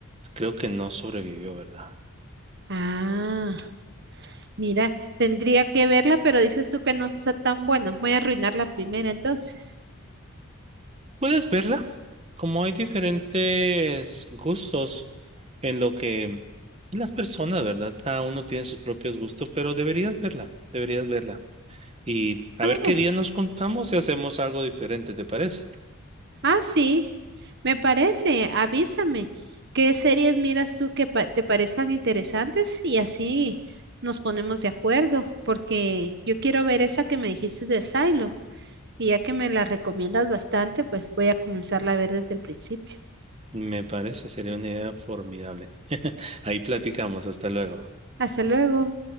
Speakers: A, on the right (about 30°); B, on the right (about 55°).
A: creo que no sobrevivió, ¿verdad?
B: Ah, mira, tendría que verla, pero dices tú que no está tan buena. Voy a arruinar la primera entonces.
A: Puedes verla, como hay diferentes gustos en lo que las personas, ¿verdad? Cada uno tiene sus propios gustos, pero deberías verla, deberías verla. Y a
B: Ah,
A: ver qué
B: bueno.
A: día nos juntamos y hacemos algo diferente, ¿te parece?
B: Ah, sí, me parece, avísame. ¿Qué series miras tú que pa- te parezcan interesantes? Y así nos ponemos de acuerdo, porque yo quiero ver esa que me dijiste de Silo, y ya que me la recomiendas bastante, pues voy a comenzarla a ver desde el principio.
A: Me parece, sería una idea formidable. <laughs> Ahí platicamos, hasta luego.
B: Hasta luego.